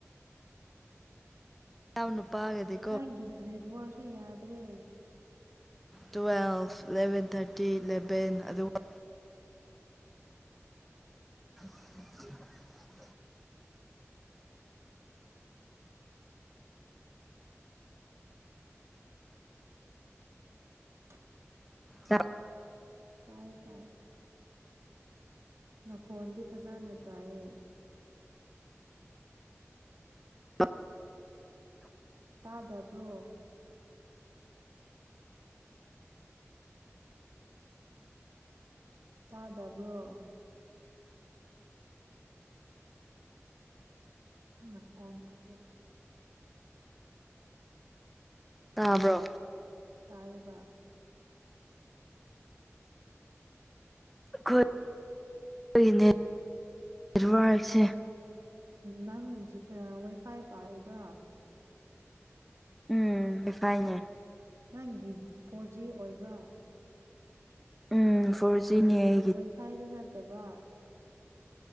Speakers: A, in the centre; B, on the right.
A: <unintelligible> ꯅꯨꯄꯥꯒꯗꯤ
B: ꯅꯪꯒꯤ ꯅꯦꯠꯋꯥꯔꯛꯁꯦ ꯌꯥꯗ꯭ꯔꯦ
A: ꯇꯨꯋꯦꯜꯐ ꯏꯂꯚꯦꯟ ꯊꯥꯔꯇꯤꯟ ꯏꯂꯚꯦꯟ ꯑꯗꯨꯋꯥꯏ <inaudible> <unintelligible>
B: <inaudible> <unintelligible>
A: ꯆꯥꯛ
B: ꯇꯥꯏ ꯇꯥꯏ ꯅꯈꯣꯟꯗꯤ ꯐꯖꯅ ꯇꯥꯏꯌꯦ
A: <unintelligible>
B: ꯇꯥꯗꯕ꯭ꯔꯣ ꯇꯥꯗꯕ꯭ꯔꯣ ꯅꯥ ꯀꯣꯟꯇꯦ
A: ꯇꯥꯕ꯭ꯔꯣ
B: ꯇꯥꯏꯌꯦꯕ
A: ꯑꯩꯈꯣꯏ ꯈꯣꯏꯒꯤ ꯅꯦꯠꯋꯥꯔꯛꯁꯦ
B: ꯅꯪ ꯖꯤꯛ ꯋꯥꯏꯐꯥꯏ ꯄꯥꯏꯕ꯭ꯔꯣ
A: ꯎꯝ ꯋꯤꯐꯥꯏꯅꯦ
B: ꯅꯪꯒꯤ ꯐꯣꯔ ꯖꯤ ꯑꯣꯏꯕ꯭ꯔꯥ
A: ꯎꯝ ꯐꯣꯔ ꯖꯤꯅꯤ ꯑꯩ
B: ꯋꯥꯏꯐꯥꯏꯗ ꯅꯠꯇꯕ